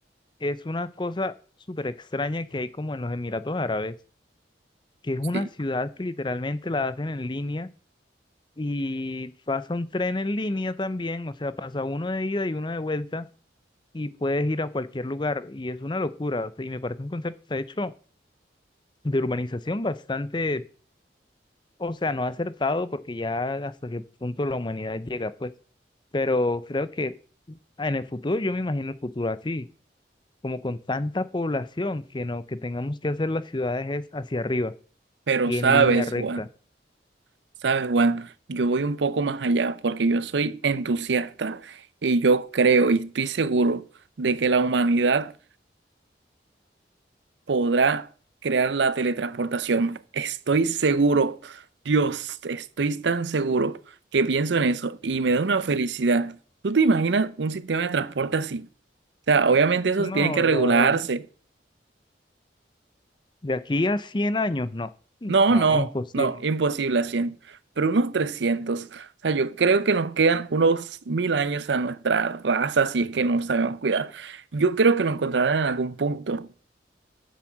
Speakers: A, on the left; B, on the right.
A: es una cosa súper extraña que hay como en los Emiratos Árabes, que es
B: Sí,
A: una ciudad que literalmente la hacen en línea y pasa un tren en línea también, o sea, pasa uno de ida y uno de vuelta y puedes ir a cualquier lugar. Y es una locura. o sea, y me parece un concepto, de hecho, de urbanización bastante o sea, no acertado porque ya hasta qué punto la humanidad llega, pues, pero creo que en el futuro, yo me imagino el futuro así, como con tanta población que no, que tengamos que hacer las ciudades es hacia arriba
B: pero
A: y
B: sabes,
A: en línea recta.
B: Juan, sabes, Juan, yo voy un poco más allá porque yo soy entusiasta y yo creo y estoy seguro de que la humanidad podrá crear la teletransportación. Estoy seguro, Dios, estoy tan seguro que pienso en eso y me da una felicidad. ¿Tú te imaginas un sistema de transporte así? O sea, obviamente eso
A: No,
B: tiene que regularse.
A: brother, de aquí a 100 años, no,
B: No,
A: no,
B: no,
A: imposible.
B: no, imposible a 100, pero unos 300. O sea, yo creo que nos quedan unos mil años a nuestra raza si es que no sabemos cuidar. Yo creo que lo encontrarán en algún punto.